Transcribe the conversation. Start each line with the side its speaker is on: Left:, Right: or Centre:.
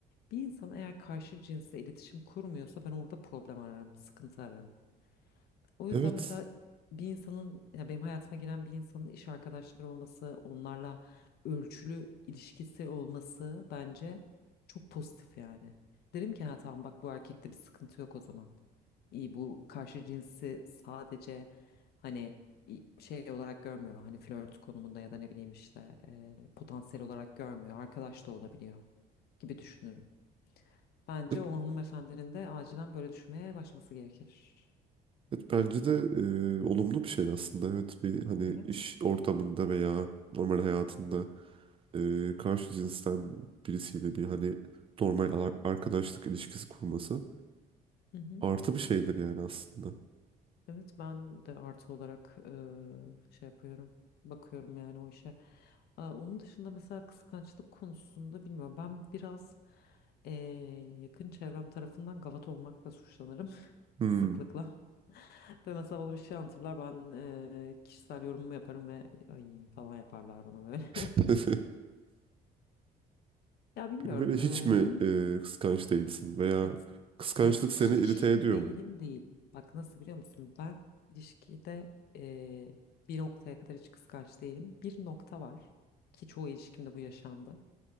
Left: Bir insan eğer karşı cinsle iletişim kurmuyorsa ben orada problem ararım, sıkıntı ararım. O yüzden
Right: Evet.
Left: mesela bir insanın ya benim hayatıma giren bir insanın iş arkadaşları olması, onlarla ölçülü ilişkisi olması bence çok pozitif yani. Derim ki ha tamam bak bu erkekte bir sıkıntı yok o zaman. İyi bu karşı cinsi sadece hani i- şey olarak görmüyor. Hani flört konumunda ya da ne bileyim işte e, potansiyel olarak görmüyor. Arkadaş da olabiliyor gibi düşünürüm. Bence
Right: Evet,
Left: o hanımefendinin de acilen böyle düşünmeye başlaması gerekir.
Right: evet bence de e, olumlu bir şey aslında. Evet bir hani
Left: Evet.
Right: iş ortamında veya normal hayatında e, karşı cinsten birisiyle bir hani normal ar- arkadaşlık ilişkisi kurması
Left: Hı hı.
Right: artı bir şeydir yani aslında.
Left: Evet ben de artı olarak e, şey yapıyorum. Bakıyorum yani o işe. E, onun dışında mesela kıskançlık konusunda bilmiyorum. Ben biraz e, yakın çevrem tarafından gavat olmakla suçlanırım <laughs>
Right: Hmm.
Left: sıklıkla. Ve mesela bana bir şey anlatırlar ben e, kişisel yorumumu yaparım ve ay falan yaparlar bana böyle.
Right: <laughs>
Left: <laughs> Ya bilmiyorum
Right: Peki böyle hiç
Left: e,
Right: mi
Left: benim
Right: e, kıskanç değilsin veya
Left: Ya t-
Right: kıskançlık
Left: hayır
Right: seni
Left: hiç
Right: irite ediyor
Left: değilim
Right: mu?
Left: değil. Bak nasıl biliyor musun? Ben ilişkide eee, bir noktaya kadar hiç kıskanç değilim. Bir nokta var ki çoğu ilişkimde bu yaşandı.